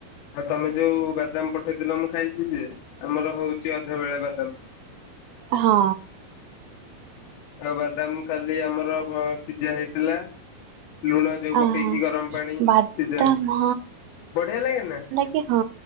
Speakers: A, on the left; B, on the right.
A: ଆଉ ତମେ ଯୋଉ ବାଦାମ ପଠେଇଥିଲ ମୁଁ ଖାଇଛି ଯେ। ଆମର ହଉଛି ଅଧ ବେଳେ ବାଦାମ।
B: ହଁ।
A: ଆଉ ବାଦାମ କାଲି ଆମର ସିଝା ହେଇଥିଲା। ଲୁଣ ଯୋଉ
B: ଅ
A: ପକେଇକି
B: ହଁ
A: ଗରମ ପାଣି
B: ବାଦାମ
A: ସିଜନ୍ତି, ବଢିଆ ଲାଗେ ନା।
B: କି ହଁ।